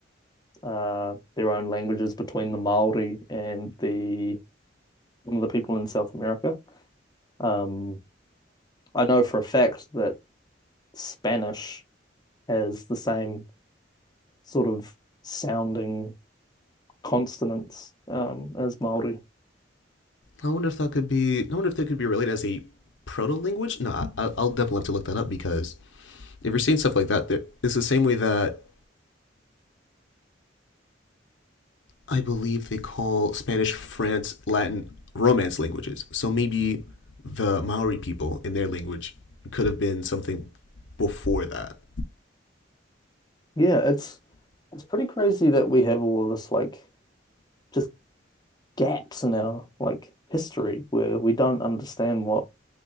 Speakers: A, on the left; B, on the left.
A: uh, their own languages between the Maori and the some of the people in South America. Um, I know for a fact that Spanish has the same sort of sounding consonants um, as Maori.
B: I wonder if that could be. I wonder if that could be related as a proto language. No, I, I'll definitely have to look that up because if you're seeing stuff like that, it's the same way that I believe they call Spanish, France, Latin Romance languages. So maybe the Maori people in their language could have been something before that.
A: Yeah, it's it's pretty crazy that we have all this like just gaps in our like history where we don't understand what